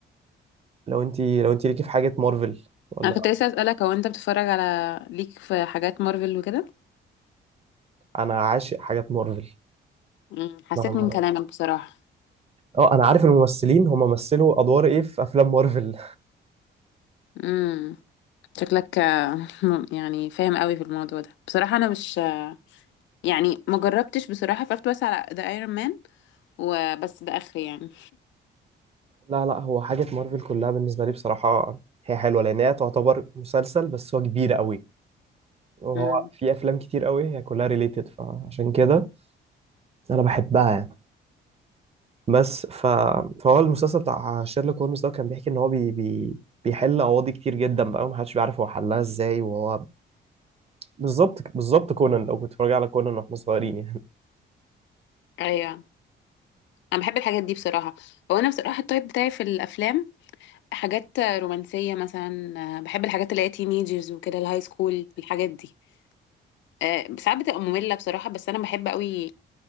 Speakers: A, on the right; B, on the left.
A: لو انت لو انت ليكي في حاجة مارفل ولا
B: انا كنت لسه اسالك هو انت بتتفرج على ليك في حاجات مارفل وكده
A: انا عاشق حاجات مارفل
B: مم. حسيت
A: نعم.
B: من كلامك بصراحه
A: اه انا عارف الممثلين هم مثلوا ادوار ايه في افلام مارفل
B: امم شكلك آه، م- يعني فاهم قوي في الموضوع ده بصراحة انا مش يعني ما جربتش بصراحة اتفرجت بس على ذا ايرون مان وبس ده اخري يعني
A: لا لا هو حاجة مارفل كلها بالنسبة لي بصراحة هي حلوة لأن هي تعتبر مسلسل بس هو كبير قوي وهو
B: امم
A: في أفلام كتير قوي هي كلها ريليتد فعشان كده أنا بحبها يعني بس ف... فهو المسلسل بتاع شيرلوك هولمز ده كان بيحكي إن هو بي... بي... بيحل قواضي كتير جدا بقى ومحدش بيعرف هو حلها إزاي وهو بالظبط بالظبط كونان لو كنت بتتفرج على كونان وإحنا صغيرين
B: ايوه انا بحب الحاجات دي بصراحة هو انا بصراحة التايب بتاعي في الافلام حاجات رومانسية مثلا آه، بحب الحاجات اللي هي تينيجرز وكده الهاي سكول الحاجات دي آه، ساعات بتبقى مملة بصراحة بس انا بحب قوي